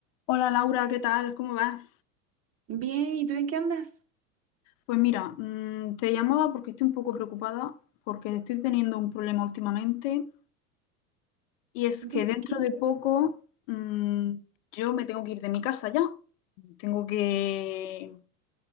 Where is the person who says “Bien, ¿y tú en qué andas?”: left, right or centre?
Right